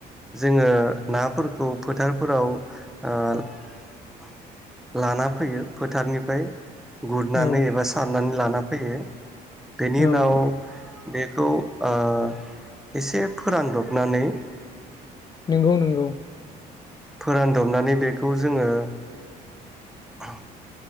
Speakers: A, in the centre; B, on the left.
A: जोङो नाफोरखौ फोथारफोराव ओ लाना फैयो फोथारनिफ्राय गुरनानै
B: औ
A: एबा सारनानै लानानै फैयो। बेनि
B: औ
A: उनाव। बेखौ ओ इसेब। फोरानदबनानै।
B: नोंगौ नोंगौ।
A: फोरानदबनानै बेख खौ जोङो ओ।